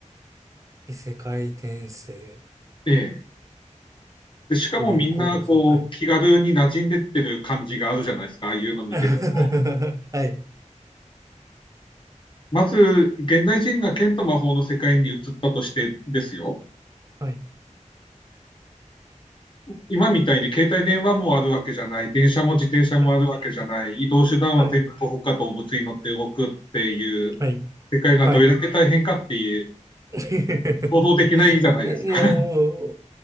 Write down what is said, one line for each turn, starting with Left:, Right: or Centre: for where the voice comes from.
Right: 異世界転生。
Left: ええ。で、しかもみんなこう気軽に馴染んでってる感じがあるじゃないですか、
Right: どういう行動をするのはい。
Left: ああいうの見てると
Right: <laughs> はい、
Left: まず、現代人が剣と魔法の世界に移ったとしてですよ。
Right: はい、
Left: 今みたいに携帯電話もあるわけじゃない、電車も自転車もあるわけじゃない、
Right: はい、
Left: 移動手段は全部徒歩か動物に乗って動くっていう
Right: はい、はい、
Left: 世界がどれだけ大変かっていう、
Right: はい。<laughs>
Left: 想像できないじゃないですか。
Right: もう、も
Left: <laughs>